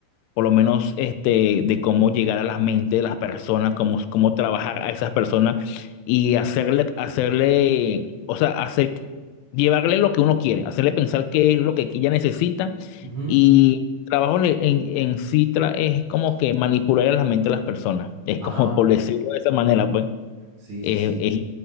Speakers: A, on the left; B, on the right.
A: por lo menos este, de cómo llegar a las mentes de las personas, cómo, cómo trabajar a esas personas y hacerle, hacerle, o sea, hacer, llevarle lo que uno quiere, hacerle pensar qué es lo que ella necesita
B: ujú.
A: y trabajo en, en en sí tra- es como que manipular la mente de las personas, es
B: Ajá.
A: como por decirlo de esa manera, pues.
B: Sí, sí,
A: Eh,
B: sí.
A: es-